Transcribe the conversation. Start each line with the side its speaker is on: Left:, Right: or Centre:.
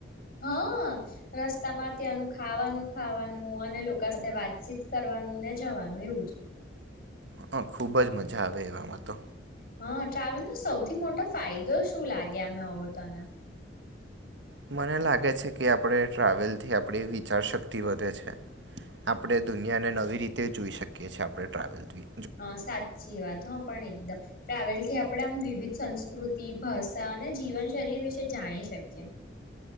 Left: હા રસ્તામાં ત્યાંનું ખાવાનું ખાવાનું અને લોકો સાથે વાતચીત કરવાનું ને જવાનું એવું જ
Right: હા ખુબ જ મજા આવે એમાં તો
Left: હા ટ્રાવેલ નો સૌથી મોટો ફાયદો શું લાગે અમે હો તને
Right: મને લાગે છે કે આપણે ટ્રાવેલથી આપણી વિચારશક્તિ વધે છે આપણે દુનિયાને નવી રીતે જોઈ શકીએ છીએ આપણે ટ્રાવેલથી
Left: હા સાચી વાત હ પણ એકદમ ટ્રાવેલ્સ થી આપણે આમ વિવિધ સંસ્કૃતિ ભાષા અને જીવનશૈલી વિશે જાણી શકીએ